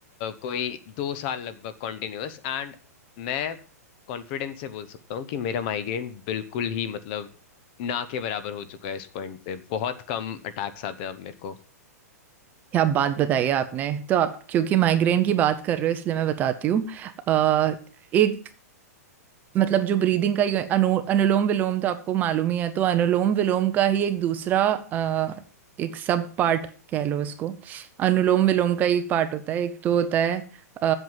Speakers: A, on the left; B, on the right.
A: कोई दो साल लगभग कॉन्टिन्यूअस एंड मैं कॉन्फिडेंस से बोल सकता हूँ कि मेरा माइग्रेन बिल्कुल ही मतलब ना के बराबर हो चुका है इस पॉइंट पे बहुत कम अटैक्स आते हैं अब मेरे को
B: क्या बात बताई आपने तो आप क्योंकि माइग्रेन की बात कर रहे हो इसलिए मैं बताती हूँ अ, एक मतलब जो ब्रीदिंग का यो- अनु, अनुलोम विलोम तो आपको मालूम ही है तो अनुलोम विलोम का ही एक दूसरा अ, एक सब पार्ट कह लो इसको अनुलोम विलोम का एक पार्ट होता है एक तो होता है अ,